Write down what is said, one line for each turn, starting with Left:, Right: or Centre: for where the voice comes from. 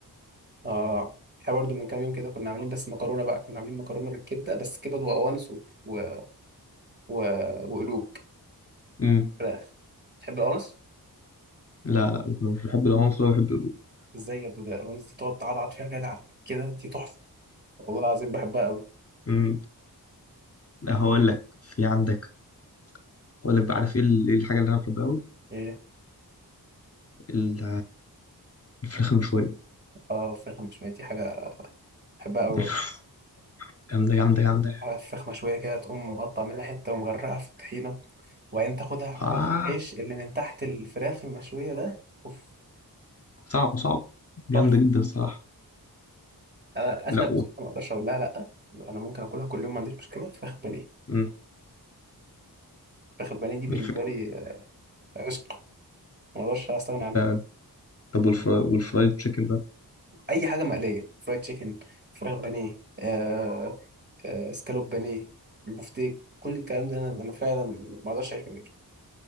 Right: اه احنا برضو من كام يوم كده كنا عاملين بس مكرونه بقى كنا عاملين مكرونه بالكبده بس كبد وقوانص و... و... و... وقلوب
Left: أمم.
Right: فراخ تحب القوانص
Left: لا لا مش بحب العنصر ولا بحب الرز
Right: ازاي يا ابني ده القوانص دي تقعد تعضعض فيها كده كده دي تحفه والله العظيم بحبها
Left: أمم. لا هقول لك في عندك هقول لك بقى عارف إيه ال- إيه الحاجة اللي أنا بحبها أوي
Right: قوي
Left: ال- الفراخ المشوية
Right: اه فراخ مشوية دي حاجة بحبها أوي
Left: <laughs>
Right: برضه.
Left: جامدة جامدة جامدة يعني
Right: عارف فراخ مشوية كده تقوم مقطع منها حتة ومغرقها في الطحينة وبعدين تاخدها تحطها
Left: آه
Right: في العيش اللي من تحت الفراخ المشوية ده اوف
Left: صعبة صعبة جامدة
Right: تحفة
Left: جدا الصراحة
Right: أنا
Left: لا
Right: أكلة اللي بصراحة ما أقدرش أقول لها لأ أنا ممكن أكلها كل يوم ما عنديش مشكلة فراخ بانيه
Left: مم.
Right: فراخ البانيه دي بالنسبة
Left: الفر...
Right: لي آه، عشق ما أقدرش أستغنى عنها
Left: ده- طب والفر... والفرايد تشيكن ده
Right: أي حاجة مقلية فرايد تشيكن فراخ بانيه آه آه سكالوب بانيه البفتيك كل الكلام ده أنا أنا فعلا ما أقدرش أعيش من غيره